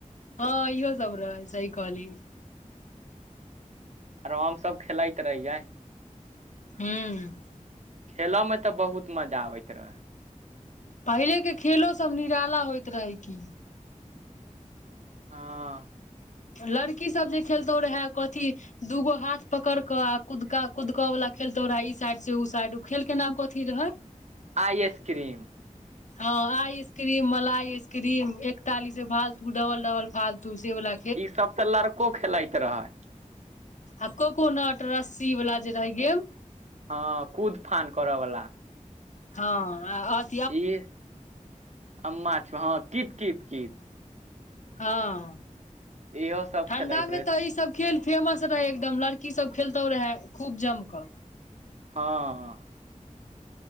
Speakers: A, on the left; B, on the right.
A: हँ इहो सब रहैऽसही कहली।
B: आरो हमसभ खेलैइत रहियैऽ।
A: हूं-
B: खेलऽमें तऽ बहुत मजा आबैत रहैऽ।
A: पहिले के खेलो सब निराला होइत रहैऽ की?
B: हँ -
A: लड़की सब जे खेलतौ रहै, कथी? दूगो हाथ पकड़क आ कुदका कुदकवला खेल तोरा ई साइड से उ साइड, उ खेल के नाम कथी रहय? <inaudible>
B: आ एस्स क्रीम।
A: हँ आइ स्क्रीम, मलाईस्क्रीम एकतालीसबे फालतू, डबल डबल फालतू सेऽवला
B: इ सब ते लड़को खेलाइत रहय।
A: आ कोकोनट रस्सी वला जे रहै गेम
B: हँ, कूदफान करऽ वला।
A: हँ, आ अस
B: जहाँ, अम्मा छऽ हँ, कित-कित-कित
A: हँ
B: इहो सब
A: ठण्डा
B: खेलैत रहे
A: में तऽ ई सब खेल फेमस रहै एकदम, लड़की सब खेलतो रहैऽ खूब जम कऽ।
B: हँ-हँ।